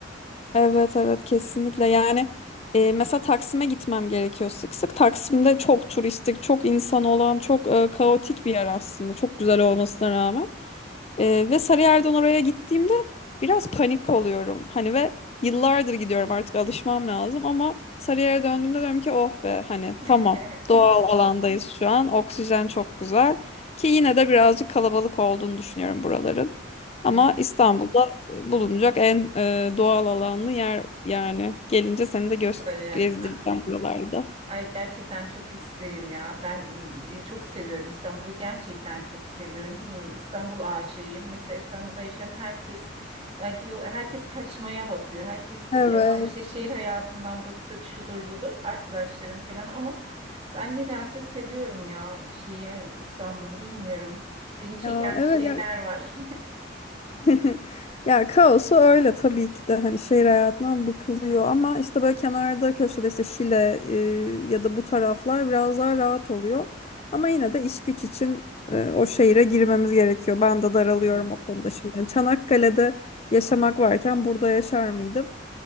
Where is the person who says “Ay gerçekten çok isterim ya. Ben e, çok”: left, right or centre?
Right